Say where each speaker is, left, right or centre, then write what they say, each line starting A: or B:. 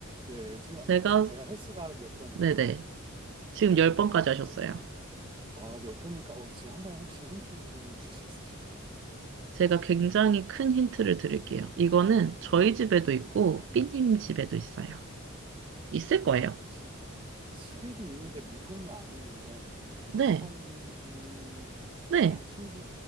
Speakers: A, on the right; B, on the right.
A: 네, 지금
B: 제가,
A: 아, 지금 제가 횟수가 몇 번이었죠?
B: 네네. 지금 10번까지 하셨어요.
A: 아, 열번이니까 어, 지금 한번 혹시 힌트 좀 주실 수 있으실까요?
B: 제가 굉장히 큰 힌트를 드릴게요. 이거는 저희
A: 네.
B: 집에도 있고, 삐님 집에도 있어요. 있을 거예요.
A: 어, 집, 집에도 있는데 물건이 아니면
B: 네.
A: 참
B: 네,
A: 어, 신기,